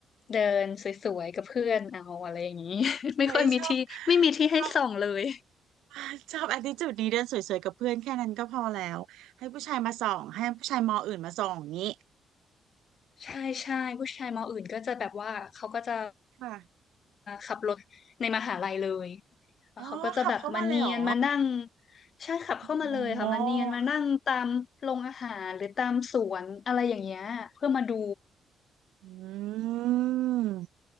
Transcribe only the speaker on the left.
เดินสวยๆกับเพื่อนเอาอะไรอย่างนี้ <laughs>
ไม่ค่อยมีที่ไม่มีที่ให้ส่องเลย
<laughs> ใช่ใช่ผู้ชายมออื่นก็จะแบบว่าเขาก็จะ
ขับรถในมหาลัยเลย แล้วเขาก็จะแบบมาเนียนมานั่ง
ใช่ขับเข้ามาเลยค่ะมาเนียนมานั่งตามโรงอาหารหรือตามสวนอะไรอย่างเงี้ยเพื่อมาดู